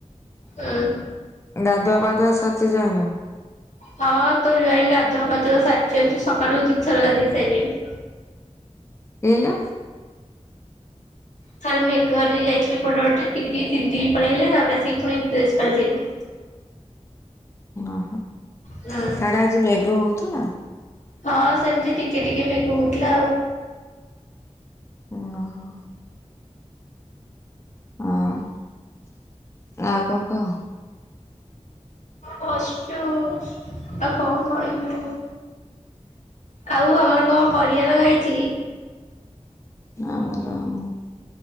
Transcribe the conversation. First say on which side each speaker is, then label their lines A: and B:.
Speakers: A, on the left; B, on the left.
A: ଉଁ
B: ଗାଧୁଆ ପାଧୁଆ ସରିଚି ଜ୍ୱାଇଁ ର?
A: ହଁ ତୋ ଜ୍ୱାଇଁ ଗଧୁଆ ପାଧୁଆ ସାରିଛନ୍ତି, ସକାଳୁ ଦୀ ଥର ଗାଧେଇ ସାଇଲେଣି।
B: ଏଇଲୋ
A: ଖାଲି ମେଘରେ ଯାଇଥିଲେ କୁଆଡେ ଗୋଟେ, ଟିକେ ଟିକେ ତିନ୍ତିକି ପଳେଇ ଅଇଲେ, ତାପରେ ଆସିକି ଫୁଣି ଡ୍ରେସ ପାଲଟିଲୁ।
B: ଓହୋ,
A: ହୁଁ
B: ସାଡେ ଆଜି ମେଘ ହଉଥୁଲା?
A: ହଁ ସେମିତି ଟିକେ ଟିକେ ମେଘ ହଉଥିଲା ଆଉ।
B: ଓ ହୋ। ହଁ, ଆଉ କଣ କହ?
A: ବସିଛୁ ଆଉ କଣ କହିବି ଆଉ? ଆଉ ଆମର କଣ ପରିବା ଲଗା ହେଇଛି?
B: ଆମର ଆଉ